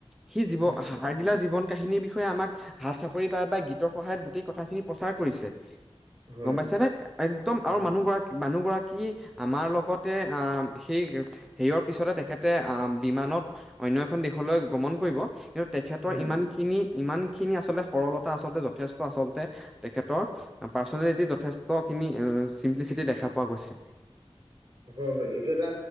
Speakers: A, in the centre; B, on the right.
A: সি জীৱ-হাৰগিলাৰ
B: উম হম
A: জীৱন কাহিনীৰ বিষয়ে আমাক হাত চাপৰি বা বা গীতৰ সহায়ত গোটেই কথাখিনি প্ৰচাৰ কৰিছে।
B: হয়
A: গম পাইছানে? একদম আৰু
B: হয়
A: মানুহ গৰাকী, মানুহ গৰা কি আমাৰ লগতে অ', সেই সেয়ৰ পিছতে তেখেতে আ, বিমানত অনয় এখন দেশলৈ গ্ৰমন কৰিব। কিন্তু তেখেতৰ
B: উম
A: ইমানখিনি, ইমান খিনি আচলতে সৰলতা আচলতে যথেষ্ট আচলতে তেখেতৰ। পাৰ্চনেলিটি যথেষ্টখিনি চিম্প্লিচিটি দেখা পোৱা গৈছে।
B: হয়, হয়। এইটো এটা